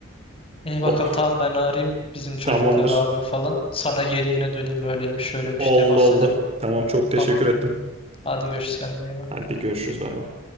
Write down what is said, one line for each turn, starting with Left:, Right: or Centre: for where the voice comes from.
Left: İyi bakalım
Right: O,
Left: tamam ben arayayım bizim çocukları
Right: tamamdır.
Left: abim falan. Sana geri yine döneyim böyleymiş şöyleymiş
Right: Oldu
Left: diye bahsederim.
Right: oldu. Tamam çok teşekkür
Left: Tamam.
Right: ettim.
Left: Hadi görüşürüz kendine iyi bak.
Right: Hadi görüşürüz bay bay.